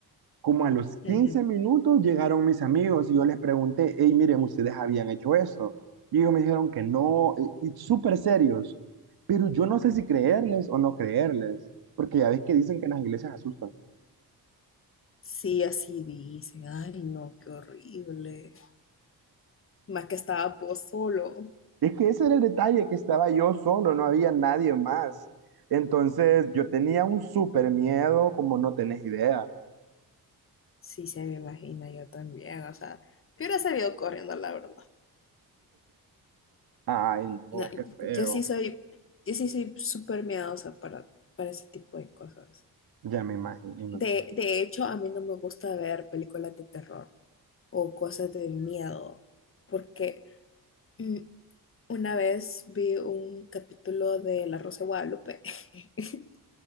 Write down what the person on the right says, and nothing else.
Como a los quince
minutos llegaron mis amigos y yo les pregunté, hey, miren, ¿ustedes habían hecho esto? Y ellos me dijeron que no, y y súper serios. Pero yo no sé si creerles o no creerles, porque ya ves que dicen que en las iglesias asustan.
Es que ese era el detalle, que estaba yo solo, no había nadie más. Entonces yo tenía un súper miedo, como no tenés idea.
Ay, no,
qué feo.
Ya me imagino.